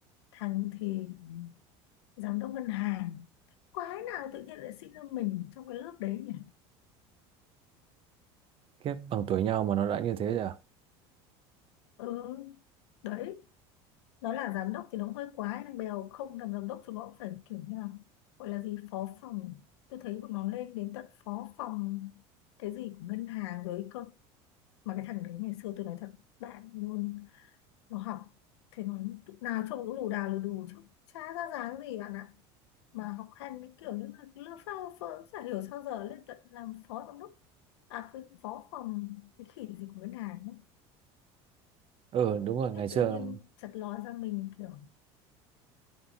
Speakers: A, on the left; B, on the right.
A: thằng thì giám đốc ngân hàng quái nào tự nhiên lại sinh ra mình trong cái lớp đấy nhỉ
B: Kiếp bằng tuổi nhau mà nó đã như thế rồi à?
A: ừ đấy nó là giám đốc thì nó hơi quá nhưng bèo không làm giám đốc chúng nó cũng phải kiểu như là gọi là gì phó phòng tôi thấy bọn nó lên đến tận phó phòng cái gì của ngân hàng rồi cơ mà cái thằng đấy ngày xưa tôi nói thật bạn luôn nó học thế nó lúc nào trông cũng lù đà lù đù chứ chả ra dáng gì bạn ạ mà học hành cái kiểu như là lơ phao phơ cũng chả hiểu sao giờ lên tận làm phó giám đốc à cái phó phòng cái khỉ gì của ngân hàng ấy
B: Ừ đúng rồi ngày
A: thế
B: xưa
A: tự nhiên chật ló ra mình kiểu